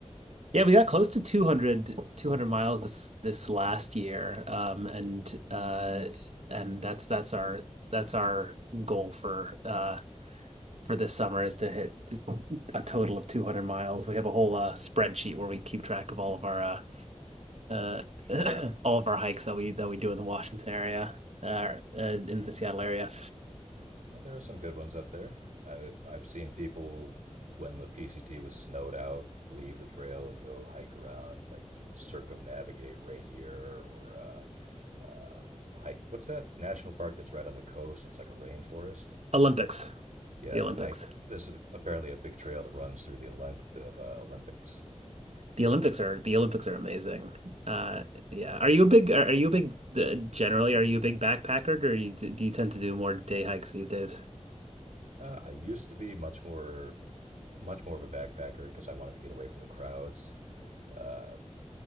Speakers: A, on the right; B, on the right.
A: yeah, we got close to two hundred two hundred miles this this last year. Um and uh and that's that's our that's our goal for uh for this summer is to hit a total of 200 miles. We have a whole uh, spreadsheet where we keep track of all of our uh, uh, <clears throat> all of our hikes that we that we do in the Washington area, uh, uh, in the Seattle area.
B: Well, there are some good ones up there. I, I've seen people when the PCT was snowed out leave the trail and go hike around, like circumnavigate Rainier or uh, uh, hike. What's that national park that's right on the coast? It's like a rainforest.
A: Olympics,
B: Yeah,
A: the Olympics.
B: hike. This is apparently a big trail that runs through the length of uh, Olympics.
A: The Olympics are the Olympics are amazing. Uh, yeah. Are you a big are, are you a big uh, generally are you a big backpacker or you, do you tend to do more day hikes these days?
B: Uh, I used to be much more much more of a backpacker because I wanted to get away from the crowds. Uh,